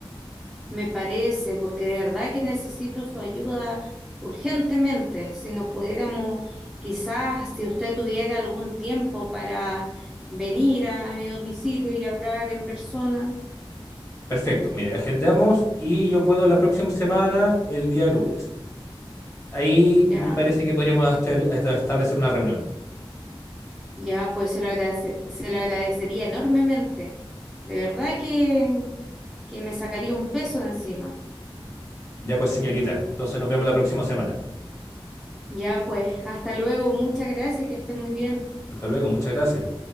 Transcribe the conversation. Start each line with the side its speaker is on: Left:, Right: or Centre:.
Centre: Me parece, porque de verdad que necesito su ayuda urgentemente. Si nos pudiéramos, quizás, si usted tuviera algún tiempo para venir a, a mi domicilio y hablar en persona,
Left: Perfecto. Mire, agendamos y yo puedo la próxima semana, el día lunes. Ahí
Centre: ya
Left: me parece que podríamos hasta- hasta establecer una reunión.
Centre: Ya, pues se lo agradece- se lo agradecería enormemente. De verdad que, que me sacaría un peso de encima.
Left: Ya pues, señorita. Entonces nos vemos la próxima semana.
Centre: Ya, pues, hasta luego. Muchas gracias, que esté muy bien.
Left: Hasta luego. Muchas gracias.